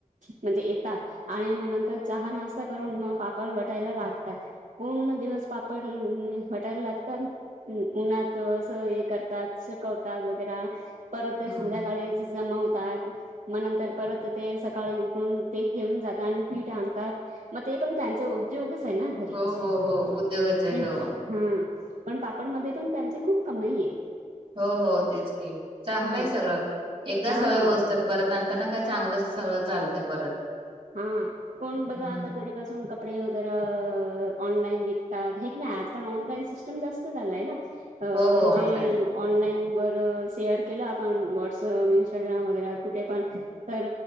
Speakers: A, on the right; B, on the right.
A: म्हणजे येतात. आणि मग नंतर चहा नाश्ता करून मग पापड बटायला लागतात पूर्ण दिवस पापड वाटायला लागतात उन्हात असं हे करतात शेकावतात वैगेरा परत
B: हम्म
A: संध्याकाळी ज जमावतात मग नंतर परत ते सकाळी उठून ते घेऊन जातात आणि पीठ आणतात,. मग ते पण त्यांचा उद्योगच आहे ना घरीपसून
B: हो हो हो उद्योगाच आहे
A: हम्म,
B: हो
A: पण पापडमध्ये पण त्यांची खूप कमाई आहे.
B: हो हो तेच की चांगलं
A: हा
B: आहे सगळं एकदा
A: हा
B: सवय होच परत नंतर ना काही चांगलंच सगळं चालते परत.
A: हा कोण बघा
B: हम्म
A: आता घरी अजून कपडे वगैरे ऑनलाईन विकतात हे का नाही. ऑनलाइन सिस्टम जास्त झालाय ना म्हणजे
B: हो हो ऑनलाईन
A: ऑनलाईन वर शेअर केलं आपण व्हॉट्सअप इंस्टाग्राम वगैरे कुठे पण तर